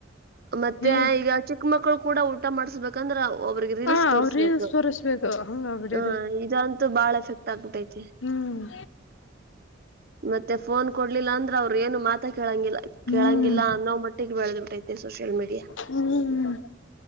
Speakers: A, on the right; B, on the left.
A: ಮತ್ತೆ
B: ಈ
A: ಈಗ ಚಿಕ್ ಮಕ್ಳು ಕೂಡ ಊಟ ಮಾಡ್ಸ್ಬೇಕಂದ್ರ ಒಬ್ಬ್ರಿಗೆ ರೀಲ್ಸ್
B: ಹ
A: ತೋರ್ಸ್ಬೇಕು
B: ಅವ್ರ ರೀಲ್ಸ್ ತೋರಿಸ್ಬೇಕು ಹಂಗ ಬಿಡದೆ
A: ಹ ಇದಂತೂ ಬಾಳ ಎಫೆಕ್ಟ್ ಆಗ್ಬಿಟ್ಟೈತಿ
B: ಹ್ಮ್
A: ಮತ್ತೆ ಫೋನ್ ಕೊಡ್ಲಿಲ್ಲ ಅಂದ್ರ ಅವ್ರರು ಏನು ಮಾತಾ ಕೇಳಂಗಿಲ್ಲ
B: ಹ್ಮ್
A: ಕೇಳಂಗಿಲ್ಲ ಅನ್ನೋ ಮಟ್ಟಿಗೆ ಬೆಳೆದ್ ಬಿಟ್ಟೈತಿ ಸೋಷಿಯಲ್ ಮೀಡಿಯಾ
B: ಹ್ಮ್